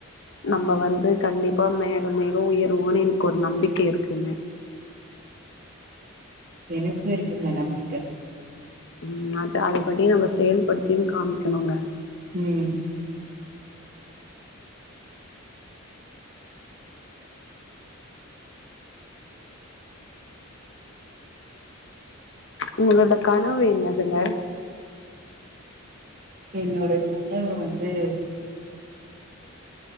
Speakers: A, on the left; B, on the right.
A: நம்ம வந்து கண்டிப்பா மேலும் மேலும் உயர் போனோனு எனக்கு ஒரு நம்பிக்க இருக்குங்க
B: எனக்கு இருக்குங்க நம்பிக்க
A: ம் அத அத படி நம்ம செயல்படுத்தியு காமிக்கணுங்க
B: ம்
A: உங்களோட கனவு என்னதுங்க
B: என்னோட கணவு வந்து